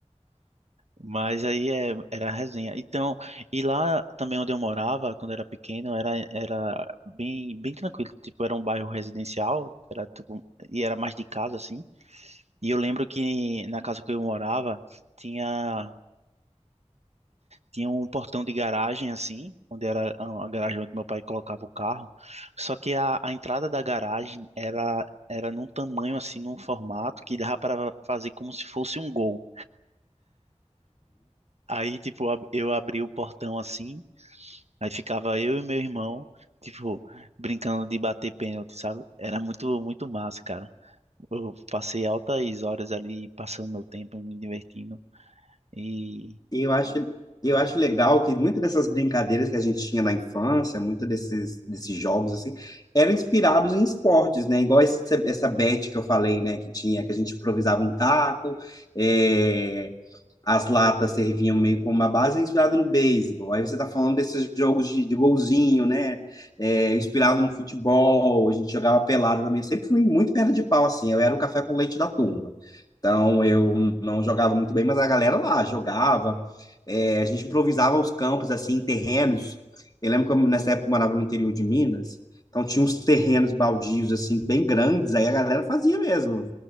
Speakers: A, on the right; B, on the left.
A: Mas aí é, era a resenha. Então, e lá também onde eu morava, quando era pequeno, era, era bem, bem tranquilo. Tipo, era um bairro residencial, era tipo, e era mais de casa, assim. E eu lembro que na casa que eu morava, tinha, tinha um portão de garagem, assim, onde era a a garagem onde meu pai colocava o carro. Só que a, a entrada da garagem era, era num tamanho, assim, num formato que dava para fazer como se fosse um gol. Aí, tipo, ab- eu abri o portão assim Aí ficava eu e meu irmão, tipo, brincando de bater pênalti, sabe? Era muito, muito massa, cara. Eu passei altas horas ali passando meu tempo, me divertindo. E,
B: E eu acho, e eu acho legal que muitas dessas brincadeiras que a gente tinha na infância, muitos desses, desses jogos, assim, eram inspirados em esportes, né? Igual essa, essa bet que eu falei, né? Que tinha, que a gente improvisava um taco, é, as latas serviam meio como uma base inspirada no beisebol. Aí você está falando desses jogos de, de golzinho, né? É, inspirado no futebol, a gente jogava pelada também. Eu sempre fui muito perna de pau, assim. Eu era o café com leite da turma. Então eu não jogava muito bem, mas a galera lá jogava. É, a gente improvisava os campos, assim, terrenos. Eu lembro que eu, nessa época eu morava no interior de Minas. Então tinha uns terrenos baldios, assim, bem grandes. Aí a galera fazia mesmo.